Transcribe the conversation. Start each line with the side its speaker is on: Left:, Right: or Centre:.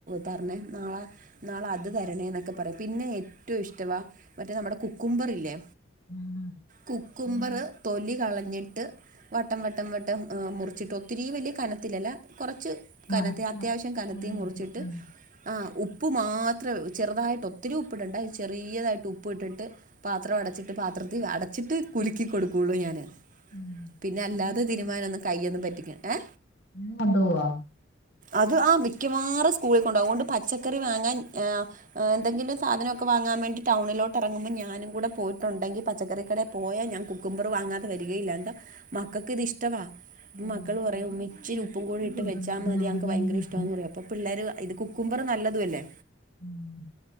Right: തരണേ നാളെ നാളെ അത് തരണേ എന്നൊക്കെ പറയാം പിന്നെ ഏറ്റവും ഇഷ്ടവാ മറ്റേ നമ്മടെ കുക്കുംമ്പർ ഇല്ലേ
Left: ഉം ഉം.
Right: കുക്കുമ്പർ
Left: അതന്നെ
Right: തൊലി കളഞ്ഞിട്ട് വട്ടം വട്ടം വട്ടം മുറിച്ചിട്ട് ഒത്തിരി വലിയ കനത്തിലല്ല കുറച്ച് കനത്തി
Left: ആഹ് ഫ്ലൈ
Right: അത്യാവശ്യം കനത്തി
Left: ഫ്ലൈ ആയിട്ട്
Right: മുറിച്ചിട്ട്
Left: ആഹ്
Right: ആ ഉപ്പ് മാത്രം ചെറുതായിട്ട് ഒത്തിരി ഉപ്പ് ഇടണ്ട അത് ചെറിയതായിട്ട് ഉപ്പ് ഇട്ടിട്ട് പാത്രം അടച്ചിട്ട് പാത്രത്തിൽ അടച്ചിട്ട് കുലുക്കി കൊടുക്കുള്ളൂ ഞാന്
Left: ഉം
Right: പിന്നെ അല്ലാതെ
Left: അങ്ങനെ
Right: തീരുമാനം ന്ന് കയ്യൊന്ന് പറ്റിക്കണം ഏ
Left: ങ്ങനെ കൊണ്ടോവോ
Right: അത് ആ മിക്കവാറും സ്കൂളിൽകൊണ്ടോവും അതുകൊണ്ട് പച്ചക്കറി വാങ്ങാൻ ആ എന്തെങ്കിലും സാധനൊക്കെ വാങ്ങാൻ വേണ്ടി ടൗണിലോട്ട് ഇറങ്ങുമ്പോ ഞാനും കൂടെ പോയിട്ടുണ്ടെങ്കിൽ പച്ചക്കറകടേ പോയാൽ ഞാ കു കുക്കുമ്പർ വാങ്ങാതെ വരികയില്ല എന്താ മക്കൾക്ക് ഇത് ഇഷ്ടവാ
Left: ഉം
Right: മക്കൾ പറയും
Left: ഞാൻ
Right: ഉമ്മീ
Left: ഇങ്ങനെ
Right: ഇച്ചരി
Left: വീട്ടിൽ
Right: ഉപ്പുംകൂടിട്ട്
Left: കണ്ടിച്ചു കൊടുക്കുമ്പോഴൊക്കെ
Right: വെച്ചാമതിഞങ്ങക്ക്
Left: നാരങ്ങ
Right: ഭയങ്ക
Left: നീര് ഊറ്റി
Right: ഇഷ്ട എന്നറയും അപ്പോൾ പിള്ളേർ ഇത് കുക്കുംബർ നല്ലതുഅല്ലേ.
Left: ഉം